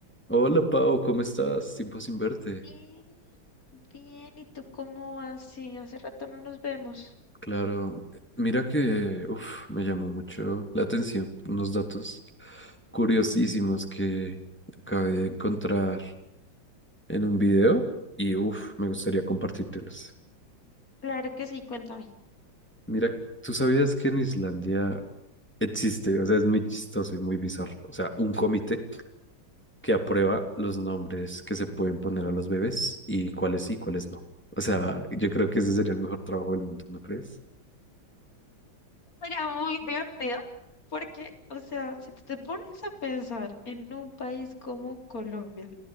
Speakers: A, in the centre; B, on the left (about 45°).
A: Hola Pau, ¿cómo estás? Tiempo sin verte.
B: Bien, bien. ¿Y tú cómo vas? Sí, hace rato no nos vemos.
A: Claro, mira que uf, me llamó mucho la atención unos datos curiosísimos que acabé de encontrar en un video y uf, me gustaría compartírtelos.
B: Claro que sí, cuéntame.
A: Mira, ¿tú sabías que en Islandia existe, o sea, es muy chistoso y muy bizarro, o sea, un comité que aprueba los nombres que se pueden poner a los bebés y cuáles sí, y cuáles no? O sea, yo creo que ese sería el mejor trabajo del mundo, ¿no crees?
B: Era muy divertido porque, o sea, si tú te pones a pensar en un país como Colombia,